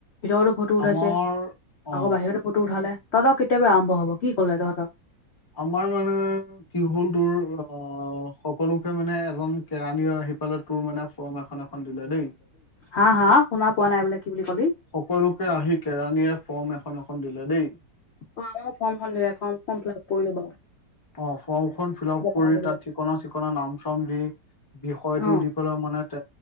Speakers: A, on the left; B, on the left.
A: ভিতৰতো ফটো উঠাইছে
B: আমাৰ অ
A: আকৌ বাহিৰত। ফটো উঠালে তহঁৰ কেতিয়াবা আৰম্ভ হব কি কৰিলে তহঁতৰ?
B: আমাৰ মানে! কি হ'ল তোৰ অ সকলোকে মানে এজন কেৰাণী আহি পালে তোৰ মানে ফৰ্ম এখন পনিল দেই।
A: হা-হা শুনা পোৱা নাই বোলে কি বুলি কলি?
B: সকলোকে আহি কেৰাণীয়ে ফৰ্ম এখন এখন দিলে দেই।
A: অ আমাৰ ফৰ্মখনিলে ফৰ্ম ফ ফিলপ কৰিলো বাৰু।
B: অ ফৰ্মখন ফিল আপ কৰি
A: পাহৰি থাকিলো
B: তাত ঠিকনা চিকনা নাম চাম দি বিষয়টো
A: অ
B: দি ফ মানে এ